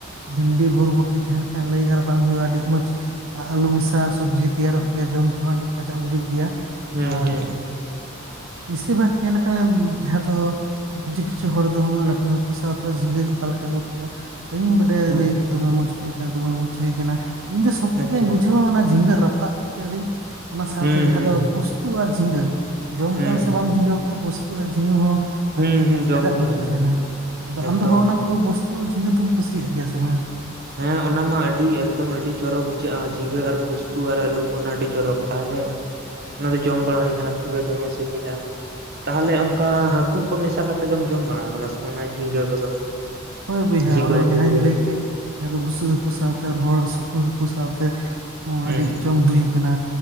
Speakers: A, on the right (about 75°); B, on the right (about 50°).
A: ᱵᱷᱤᱱᱰᱤ ᱵᱷᱚᱨ ᱵᱩᱴᱤ ᱛᱟᱦᱮᱸᱱ ᱠᱷᱟᱱ ᱠᱷᱟᱡ ᱞᱟᱹᱭ ᱟᱨ ᱵᱟᱝ ᱦᱩᱭᱩᱜᱼᱟ ᱟᱹᱰᱤ ᱢᱚᱸᱡᱽ ᱟᱞᱩ ᱢᱮᱥᱟ ᱥᱚᱵᱽᱡᱤᱼᱼ ᱛᱮᱭᱟᱨᱚᱜ ᱜᱮᱭᱟ ᱡᱚᱢ ᱛᱮᱦᱚᱸ ᱟᱹᱰᱤ ᱠᱟᱡᱟᱠ ᱵᱩᱡᱩᱜ ᱜᱮᱭᱟ
B: ᱦᱩᱸ
A: ᱟᱨᱼᱼ
B: ᱦᱩᱸ
A: ᱵᱤᱥᱤᱨ ᱵᱷᱟᱜᱽ ᱧᱮᱞ ᱠᱟᱱᱟ ᱡᱟᱦᱟᱸ ᱫᱚ, ᱠᱤᱪᱷᱩ ᱠᱤᱪᱷᱩ ᱦᱚᱲ ᱫᱚ ᱞᱟᱹᱴᱩ ᱦᱟᱹᱠᱩ ᱥᱟᱣᱛᱮ ᱦᱚᱸ ᱡᱷᱤᱸᱜᱟᱹ ᱚᱠᱟ ᱞᱮᱠᱟ ᱠᱚ ᱩᱛᱩᱭᱟ ᱵᱟᱹᱧ ᱵᱟᱼᱼ
B: ᱦᱩᱸ
A: ᱞᱟᱹᱭ ᱠᱚ ᱫᱚᱢᱮ ᱢᱚᱸᱡᱽ ᱦᱩᱭ ᱟᱠᱟᱱᱟ ᱫᱚᱢᱮ ᱢᱚᱡᱽ ᱦᱩᱭᱭᱟ ᱟᱠᱟᱱᱟ ᱤᱧ ᱫᱚ ᱥᱚᱵ ᱛᱷᱠᱮᱧ
B: ᱟᱪᱪᱷᱟ
A: ᱵᱩᱡᱷᱟᱹᱣᱟ ᱚᱱᱟ ᱡᱷᱤᱸᱜᱟᱹ ᱨᱟᱯᱟᱜᱼᱼ ᱚᱱᱟ ᱥᱟᱶᱛᱮ
B: ᱦᱩᱸ
A: ᱡᱟᱦᱟᱸ
B: ᱦᱩᱸ
A: ᱫᱚ ᱯᱩᱚᱥᱛᱩ ᱟᱨ ᱡᱷᱤᱸᱜᱟᱹ ᱡᱚᱢ
B: ᱦᱩᱸ
A: ᱟᱠᱟᱜ ᱟᱢ ᱥᱮ ᱵᱟᱝ ᱡᱷᱤᱸᱜᱟᱹ ᱩᱛᱩ ᱯᱚᱥᱛᱩᱼᱼ ᱡᱷᱤᱸᱜᱟᱹ ᱦᱚᱸ
B: ᱦᱩᱸ
A: ᱟᱹᱰᱤ
B: ᱦᱩᱸ ᱡᱚᱢ
A: ᱠᱟᱡᱟᱠ
B: ᱦᱩᱭ
A: ᱵᱩᱡᱩᱜ
B: ᱠᱟᱱᱟ
A: ᱛᱟᱦᱮᱸᱱᱟ
B: ᱦᱩᱸ
A: ᱟᱫᱚ
B: ᱮᱠᱫᱚᱢ
A: ᱟᱢ ᱫᱚ ᱦᱚᱜ ᱚᱱᱟ ᱠᱚ ᱵᱚᱥᱼᱼ ᱛᱩ ᱡᱷᱤᱸᱜᱟᱹ ᱫᱚᱢ ᱠᱩᱥᱤᱭᱟᱜ ᱜᱮᱭᱟ ᱥᱮ ᱵᱟᱝ?
B: ᱦᱮᱸ ᱚᱱᱟ ᱢᱟ ᱟᱹᱰᱤᱼᱼ ᱮᱠᱫᱚᱢ ᱟᱹᱰᱤ ᱪᱚᱨᱚᱠ ᱵᱩᱡᱷᱟᱹᱜᱼᱟ ᱡᱷᱤᱸᱜᱟᱹ ᱟᱨ ᱯᱩᱥᱛᱩ ᱟᱨ ᱟᱹᱞᱩ ᱠᱚ ᱚᱱᱟ ᱟᱹᱰᱤ ᱪᱚᱨᱚᱠ ᱛᱟᱦᱚᱞᱮᱼᱼ ᱚᱱᱟ ᱫᱚ ᱡᱚᱢ ᱵᱟᱲᱟ ᱦᱩᱭ ᱟᱠᱟᱱᱟ ᱯᱩᱨᱟᱹ ᱫᱚᱢᱮ ᱥᱤᱵᱤᱞᱟ᱾ ᱛᱟᱦᱚᱞᱮ ᱚᱱᱠᱟ ᱦᱟᱹᱠᱩ ᱠᱚ ᱢᱮᱥᱟ ᱠᱟᱛᱮᱜ ᱫᱚᱢ ᱡᱚᱢ ᱵᱟᱲᱟ ᱟᱠᱟᱫᱟ ᱥᱮ ᱡᱷᱤᱸᱜᱟᱹ ᱠᱚᱫᱚ᱾
A: ᱦᱳᱭ ᱵᱚᱭᱦᱟ
B: ᱡᱷᱤᱸᱜᱟᱹ
A: ᱚᱱᱮ
B: ᱩᱛᱩ
A: ᱡᱟᱦᱟᱸᱧ
B: ᱠᱚᱫᱚ
A: ᱞᱟᱹᱭ ᱠᱮᱫ ᱡᱟᱦᱟᱸ ᱫᱚ ᱵᱩᱥᱩᱵ ᱦᱟᱹᱠᱩ ᱥᱟᱶᱛᱮ ᱲᱚᱦᱚᱲ ᱥᱩᱠᱟᱹ ᱦᱟᱹᱠᱩ ᱥᱟᱶᱛᱮ, ᱦᱚᱸ
B: ᱦᱩᱸ
A: ᱟᱹᱰᱤ ᱡᱚᱢ ᱦᱩᱭ ᱠᱟᱱᱟ